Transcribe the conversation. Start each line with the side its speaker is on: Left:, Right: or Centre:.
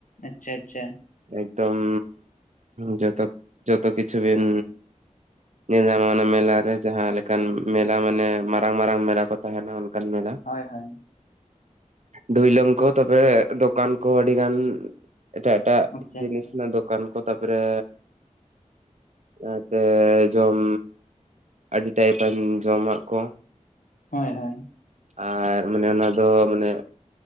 Left: ᱟᱪᱪᱷᱟ ᱟᱪᱪᱷᱟ᱾
Right: ᱮᱠᱫᱚᱢ ᱡᱚᱛᱚ ᱡᱚᱛᱚ ᱠᱤᱪᱷᱩ ᱵᱤᱱ ᱧᱮᱞ ᱧᱟᱢᱚᱜᱟ ᱚᱱᱟ ᱢᱮᱞᱟ ᱨᱮ ᱡᱟᱦᱟᱸ ᱞᱮᱠᱟᱱ ᱢᱮᱞᱟ ᱢᱟᱱᱮ ᱢᱟᱨᱟᱝ ᱢᱟᱨᱟᱝ ᱢᱮᱞᱟ ᱠᱚ ᱛᱟᱦᱮᱱᱟ, ᱠᱟᱱ ᱢᱮᱞᱟ᱾
Left: ᱦᱳᱭ ᱦᱳᱭ
Right: ᱰᱩᱭᱞᱟᱹᱢ ᱠᱚ ᱛᱚᱯᱮ ᱫᱚᱠᱟᱱ ᱠᱚ ᱟᱹᱰᱤ ᱜᱟᱱ ᱮᱴᱟᱜ ᱮ ᱮᱴᱟᱜ
Left: ᱟᱪᱪᱷᱟ
Right: ᱡᱤᱱᱤᱥ
Left: ᱟᱪᱪᱷᱟ
Right: ᱨᱮᱱᱟᱜ ᱫᱚᱠᱟᱱ ᱠᱚ ᱛᱟᱯᱚᱨᱮ ᱮᱛᱮ ᱡᱚᱢ ᱟᱹᱰᱤ ᱴᱟᱭᱤᱯᱟᱱ ᱡᱚᱢᱟᱜ ᱠᱚ,
Left: ᱦᱚᱸᱭ ᱦᱚᱸᱭ
Right: ᱟᱨ ᱢᱟᱱᱮ ᱚᱱᱟ ᱫᱚ ᱢᱟᱱᱮ